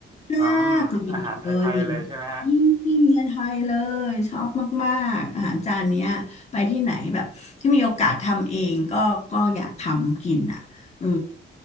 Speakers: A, on the left; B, on the right.
A: มากเล
B: อืมอาหารไทยๆเลยใช่ไหมฮะ
A: ยอืมผัดไทยเลยชอบมากๆอาหารจานเนี้ยไปที่ไหนแบบที่มีโอกาสทำเองก็ก็อยากทำกินอ่ะเออ